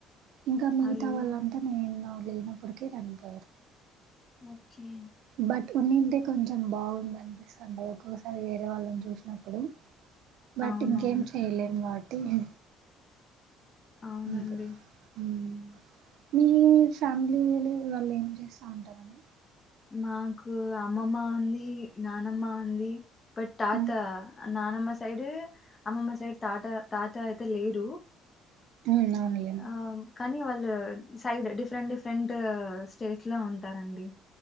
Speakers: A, on the right; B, on the left.
A: ఇంకా మిగతా
B: అయ్యో
A: వాళ్ళ అంత నేను లేనప్పటికే చనిపోయారు
B: ఓకే
A: బట్ ఉన్నింటే కొంచెం బాగుండు అనిపిస్తటది ఒక్కొక్కసారి వేరే వాళ్ళని చూసినప్పుడు బట్
B: అవునవును
A: ఇంకేం చెయలేం వాట్ తీగే
B: అవునండి
A: అంతే హ్మ్ మీ ఫ్యామిలీ వాళ్ళు ఏం చేస్తా ఉంటారండి
B: మాకు అమ్మమ్మ ఉంది నానమ్మ ఉంది బట్ తాత
A: ఉమ్
B: నానమ్మ సైడ్ అమ్మమ్మ సైడ్ తాత తాత అయితే లేరు
A: అవునులేండి
B: ఆ కనీ వా లను సైడ్ డిఫరెంట్ డిఫరెంట్ స్టేట్స్ లో ఉంటారండి